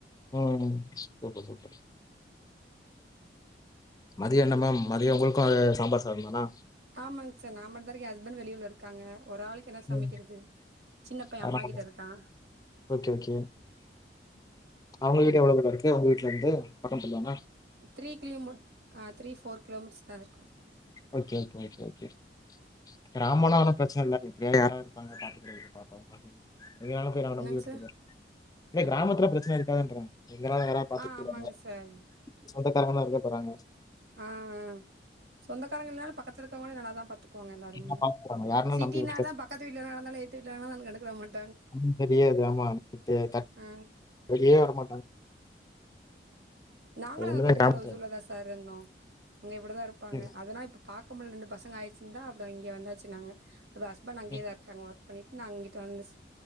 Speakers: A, on the left; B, on the right.
A: ம் சூப்பர்பா சூப்பர் மதியோ என்ன மேம் மதியோ ஒங்களுக்கு அதே சாம்பார் சாதந் தானா
B: ஆமாங் சார் நாமட்டுந்தா இருக்கே எ ஹஸ்பண்ட் வெளியூர்ல இருக்காங்க ஒரு ஆளுக்கு என்ன சமைக்கிறது
A: ம்
B: சின்ன பையே
A: அதனால
B: அம்மா கிட்ட இருக்கா
A: ஓகே ஓகே அவுங்க வீடு எவ்ளோ தூரோ இருக்கு உங்க வீட்ல இருந்து பக்கத்துலதானா
B: த்ரீ கிலோமீட் ஆ த்ரீ ஃபோர் கிலோமீட்டர்ஸ் தா இருக்கு
A: ஓகே ஓகே ஓகே ஓகே கிராமோனா ஒன்னு பிரச்சன இல்ல எப்டியாது யாராவது இருப்பாங்க பாத்துக்கறதுக்கு பாப்பாவ எங்க வேனுனாலும் போயி நாம
B: என்னங்
A: <unintelligible> நம்பி விட்டுட்டு
B: சார்
A: போலா இல்ல கிராமத்துல பிரச்சன இருக்காதுன்றே எங்கனால்லா யாரா பாத்துட்டு
B: ஆ ஆமாங்க
A: போய்ருவாய்க
B: சார்
A: சொந்தக்காரங்க தா இருக்க போறாங்க
B: அ அ சொந்தக்காரங்க இல்லன்னாலு பக்கத்துல இருக்கவங்களே நல்லா தா பாத் துகுவாங்க எல்லாருமே
A: என்ன பாத்துக்குறாங்க யாருன்னா
B: சிட்டின்னா
A: நம்பி விட்டுட்டு
B: தா பக்கத்து வீட்ல என்ன நடந்தாலு எதுத்த வீட்ல என்ன நடந்தாலு எது கண்டுக்கற மாட்
A: ஒண்ணு தெரியாது ஆமா எ தட்
B: ஆ
A: வெளியவே வரமாட்டாங்க
B: நாங்களு
A: அது ஒண்ணுதா
B: அங்க கொஞ்ச
A: கிராமத்துல
B: நாள் ஒசூர்லதா சார் இருந்தோ அங்க இப்டிதா இருப்பாங்க
A: இருக்கு.
B: அதனா இப்ப பாக்கமுல்ல ரெண்டு பசங்க ஆயிருச்சுன் தா அப்பறோ இங்க வாந்தாச்சு நாங்க இப்ப ஹஸ்பண்ட் அங்கயே
A: சரி
B: தா இருக்காங்க ஒர்க் பண்ணிட்டு நா அங்கிட்டு வந்துஸ்